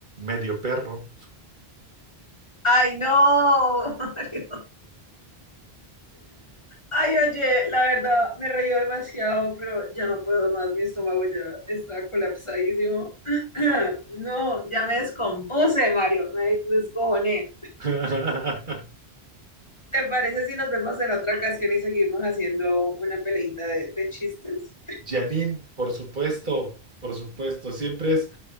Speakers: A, on the right (about 50°); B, on the left (about 25°).
A: Medio perro.
B: Ay, no, <laughs> Mario. Ay, oye, la verdad, me reí demasiado, pero ya no puedo más. Mi estómago ya está colapsadísimo. <clears throat> No, ya me descompuse, Mario. Me descojoné.
A: <laughs>
B: ¿Te parece si nos vemos en otra ocasión y seguimos haciendo una peleita de, de chistes?
A: Janine, por supuesto, por supuesto. Siempre es,